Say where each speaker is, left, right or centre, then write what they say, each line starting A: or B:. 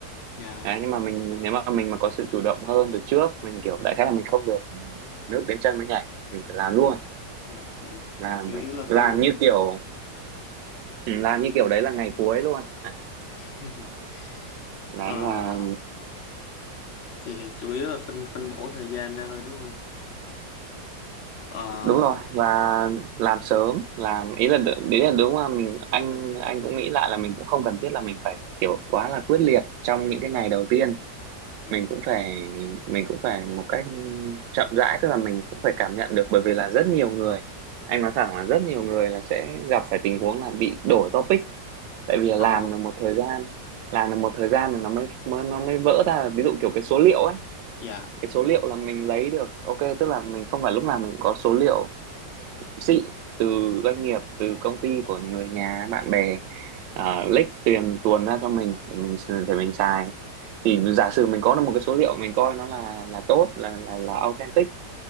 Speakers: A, on the left; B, on the right.
A: dạ
B: đấy, nhưng mà mình nếu mà mình mà có sự chủ động hơn từ trước mình kiểu đại khái là mình không được nước đến chân mới nhảy mình phải làm luôn
A: dạ. Ừ,
B: làm
A: thì chủ yếu là
B: làm
A: phân
B: như kiểu ừ, làm như kiểu đấy là ngày cuối luôn À,
A: <laughs>
B: đấy
A: ờ,
B: là
A: thì chủ yếu là phân phân bổ thời gian ra thôi đúng không anh? ờ
B: đúng rồi và làm sớm làm ý là đ- đấy là đúng mà mình anh anh cũng nghĩ lại là mình cũng không cần thiết là mình phải kiểu quá là quyết liệt trong những cái ngày đầu tiên
A: dạ,
B: mình cũng phải mình cũng phải một cách chậm rãi tức là mình cũng phải cảm nhận được bởi vì là rất nhiều người anh nói thẳng là rất nhiều người là sẽ gặp phải tình huống là bị đổi topic tại vì là làm
A: ờ
B: được một thời gian làm được một thời gian rồi nó mới, mới nó mới vỡ ra ví dụ kiểu cái số liệu ấy
A: dạ
B: cái số liệu là mình lấy được ok tức là mình không phải lúc nào mình cũng có số liệu xịn từ doanh nghiệp từ công ty của người nhà bạn bè uh, lích tiền tuồn ra cho mình để mình s- để mình xài thì giả sử mình có được một cái số liệu mình coi nó là là tốt là là là authentic